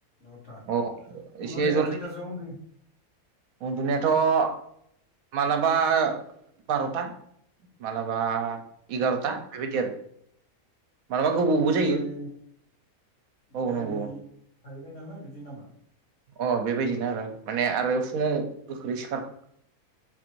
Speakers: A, on the left (about 55°); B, on the right (about 70°).
A: न'था
B: अ
A: उन्दुनाया
B: एसे जलदि
A: खैथासोआव उन्दुयो
B: उन्दुनायाथ' मालाबा बार'था मालाबा एगार'था बेबायदि आरो मालाबा गोबावबो
A: फराय
B: जायो
A: फरायनाय
B: औ नंगौ।
A: थाहैबाय नालाय बिदि नामा।
B: अ बेबायदिनो आरो माने आरो फुङाव गोख्रै सिखार